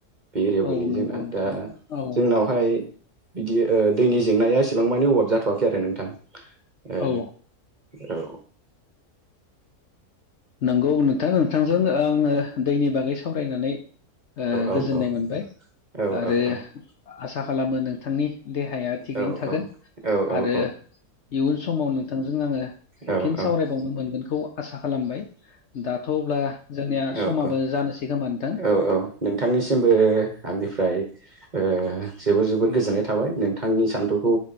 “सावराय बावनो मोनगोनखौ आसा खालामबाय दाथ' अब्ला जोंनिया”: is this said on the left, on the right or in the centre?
Left